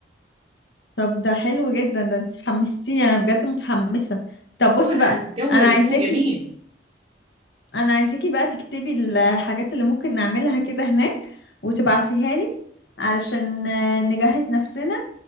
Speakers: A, on the left; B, on the right.
A: طب ده حلو جدا ده انت حمستيني انا بجد متحمسه طب بصي
B: هو لا
A: بقى
B: الجو
A: انا
B: الجو
A: عايزاكي
B: جميل
A: انا عايزاكي بقى تكتبي الحاجات اللي ممكن نعملها كده هناك وتبعتيها لي علشان آه، نجهز نفسنا